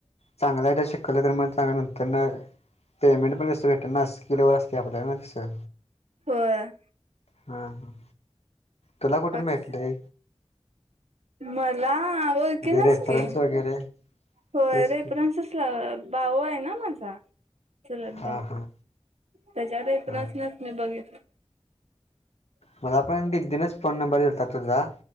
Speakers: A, on the left (about 75°); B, on the right (about 80°).
A: चांगलं जर शिकवलं तर मग चांगलं नंतर न पेमेंट पण तसं भेटल ना, स्किलवर असते आपल्याला ना तसं.
B: होय.
A: हां. तुला कुठून
B: बाकीच
A: भेटले
B: मला ओळखीनच
A: म्हणजे रेफरन्स
B: की,
A: वगैरे
B: होय
A: तेच
B: रेफरेन्सला
A: की
B: भाऊ आहे ना माझा चुलत
A: हां
B: भाऊ,
A: हां
B: त्याच्या रेफरन्सनच
A: हां.
B: मी बघितलं.
A: मला पण दिदीनच फोन नंबर दिलता तुझा,